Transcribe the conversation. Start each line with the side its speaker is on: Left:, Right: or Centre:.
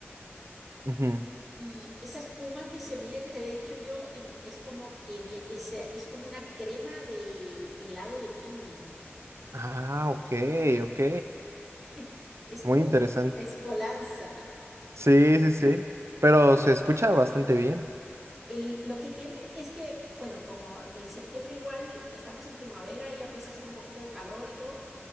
Right: ujú.
Centre: y esa espuma que se mira que te había dicho yo en re- es como que vie- es, eh, es como una crema de helado de piña,
Right: Ah, ok, ok.
Centre: <laughs> es como
Right: Muy interesante.
Centre: mezcolanza.
Right: Sí, sí, sí. Pero se escucha bastante bien.
Centre: El- lo que tiene es que, bueno, como en septiembre igual estamos en primavera y ya empieza a hacer un poquito de calor y todo,